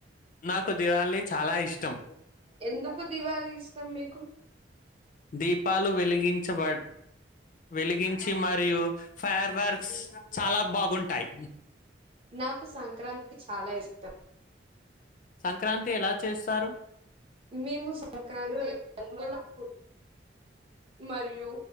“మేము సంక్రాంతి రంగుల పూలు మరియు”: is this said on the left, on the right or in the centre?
Right